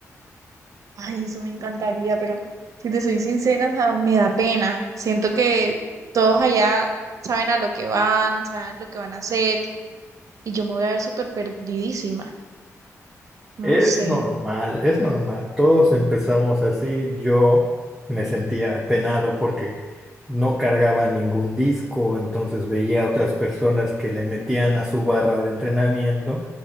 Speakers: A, on the right (about 65°); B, in the centre.
A: Ay, eso me encantaría, pero si te soy sincera, o sea, me da pena. Siento que todos allá saben a lo que van, saben lo que van a hacer, y yo me voy a ver súper perdidísima. No
B: Es
A: lo sé.
B: normal, es normal. Todos empezamos así. Yo me sentía apenado porque no cargaba ningún disco, entonces veía a otras personas que le metían a su barra de entrenamiento